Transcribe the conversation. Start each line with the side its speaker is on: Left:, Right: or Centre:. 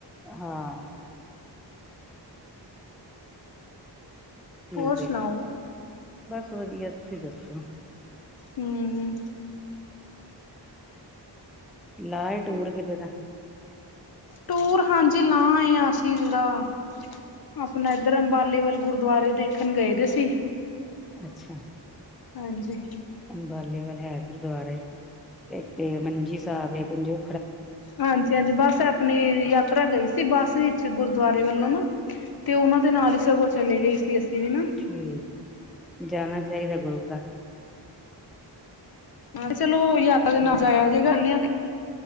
Centre: ਹਾਂ ਠੀਕ
Left: ਹੋਰ ਸੁਣਾਓ
Centre: ਐ ਬਸ ਵਧੀਆ ਤੁਸੀਂ ਦੱਸੋ
Left: ਹਮ ਹਮ
Centre: ਲਾਏ ਟੂਰ ਕਿਤੇ ਦਾ
Left: ਟੂਰ ਹਾਂਜੀ ਲਾਹ ਆਏ ਹਾਂ' ਅਸੀਂ ਜਿਹੜਾ ਆਪਣਾ ਇੱਧਰ ਅੰਬਾਲੇ ਵੱਲ ਗੁਰਦੁਆਰੇ ਦੇਖਣ ਗਏ ਵੀ ਸੀ।
Centre: ਅੱਛਾ
Left: ਹਾਂਜੀ
Centre: ਅੰਬਾਲੇਵਲ ਹੈ ਗੁਰਦੁਆਰੇ, ਇਕ ਤਾਂ ਮੰਜੀ ਸਾਹਿਬ ਹੈ ਪੰਜੋ
Left: ਹਾਂਜੀ-ਹਾਂਜੀ ਬਸ ਆਪਣੀ ਯਾਤਰਾ ਗਈ ਸੀ ਬੱਸ ਵਿੱਚ ਗੁਰਦੁਆਰੇ ਵੱਲੋਂ ਨਾ ਤੇ' ਉਹਨਾਂ ਦੇ ਨਾਲ ਹੀ ਸਗੋਂ ਚਲੇ ਗਈ ਸੀ ਅਸੀਂ ਵੀ ਨਾ
Centre: ਹਮ ਜਾਣਾ ਚਾਹੀਦਾ ਗੁਰੂ ਘਰ
Left: ਹਾਂ ਚਲੋ ਯਾਤਰਾ ਦੇ ਨਾਲ
Centre: ਹੋਰ
Left: ਜਾਇਆ ਜੇ ਇਕੱਲਿਆਂ